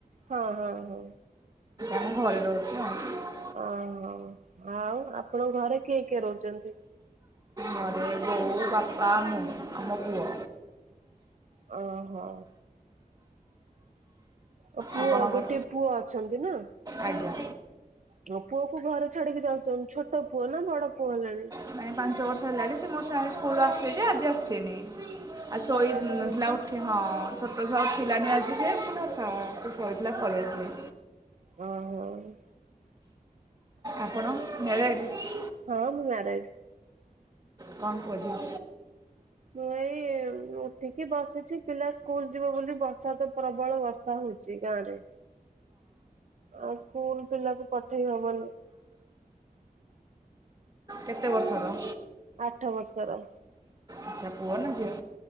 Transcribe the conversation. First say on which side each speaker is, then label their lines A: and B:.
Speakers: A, on the right (about 50°); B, on the right (about 25°).
A: ହଁ ହଁ ହଉ।
B: ଆମ ଘରେ ରହୁଚି ହଁ।
A: ଓହୋ ଆଉ ଆପଣଙ୍କ ଘରେ କିଏ କିଏ ରହଚନ୍ତି?
B: ଘରେ ବୋଉ ବାପା ମୁଁ ଆମ ପୁଅ
A: ଓହୋ ଆଉ ପୁଅ
B: ଆପଣଙ୍କର
A: ଗୋଟେ ପୁଅ ଅଛନ୍ତି ନା
B: ଆଜ୍ଞା
A: ହ ପୁଅକୁ ଘରେ ଛାଡିକି ଯାଉଛନ୍ତି ଛୋଟ ପୁଅ ନା ବଡ ପୁଅ ହେଲାଣି
B: ପ୍ରାଇ ପାଞ୍ଚ ବର୍ଷ ହେଲାଣି ସେ ମୋ ସଙ୍ଗେ ସ୍କୁଲ ଆସିେ ଯେ ଆଜି ଆସି ନି ଆଉସୋଇ
A: ବର୍ଷା ତ ହଉଛି
B: ନଥିଲା ଉଠି ହଁ ଛୋଟ ଛୁଆ ଉଠିଲାାନି ଆଜି ସେ ପ ସେ ସୋଇଥିଲା ପଳେଇ ଆସିଲି
A: ଅ ହଁ
B: ଆପଣ ମ୍ୟାରେଜ
A: ହଁ ମୁଁ ମ୍ୟାରେଜ।
B: କଣ ପୁଅ ଝିଅ
A: ମୁଁ ଏଇ ଉଠିକି ବସିଛି ପିଲା ସ୍କୁଲ ଯିବ ବୋଲି ବର୍ଷା ତ ପ୍ରବଳ ବର୍ଷା ହଉଛି ଗାଁ ରେ। ଆଉ ସ୍କୁଲ ପିଲାକୁ ପଠେଇ ହବନି
B: କେତେ ବର୍ଷର?
A: ଆଠ ବର୍ଷର।
B: ଆଚ୍ଛା ପୁଅ ନା ଝିଅ?